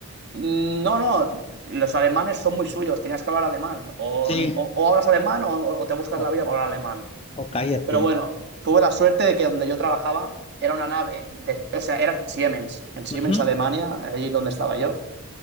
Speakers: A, on the right; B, on the left.
A: "Mm, No, no, los alemanes son muy suyos, tenías que hablar alemán. O,
B: Sí.
A: o- o hablas alemán o, o te buscas
B: O,
A: la vida para hablar alemán.
B: o cállate.
A: Pero bueno, tuve la suerte de que donde yo trabajaba era una nave, de- o sea, era en Siemens, en Siemens,
B: Ujú.
A: Alemania, allí donde estaba yo.